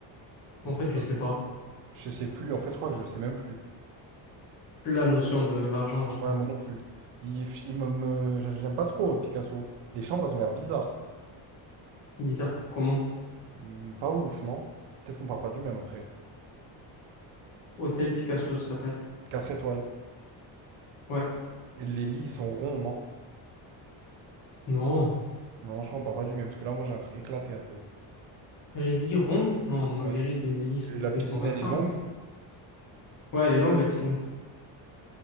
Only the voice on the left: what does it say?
En
fait, je sais pas.
Plus la notion de l'argent, là, je crois.
Bizarre pour comment.
Hôtel Picasso, ça s'appelle.
Ouais.
Non.
Les lits ronds? Non, moi,
les lits, les lits sont,
ils sont rectangles.
Ouais, elle est longue, la piscine.